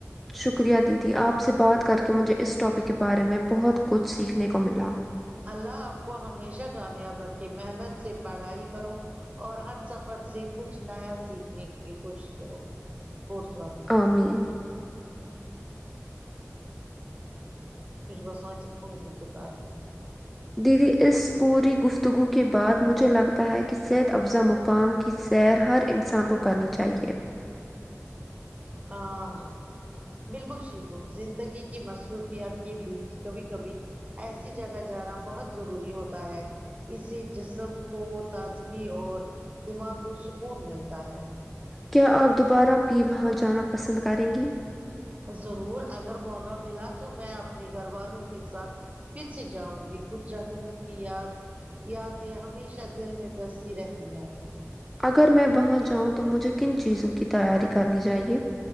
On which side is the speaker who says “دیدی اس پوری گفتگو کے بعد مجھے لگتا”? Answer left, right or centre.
Centre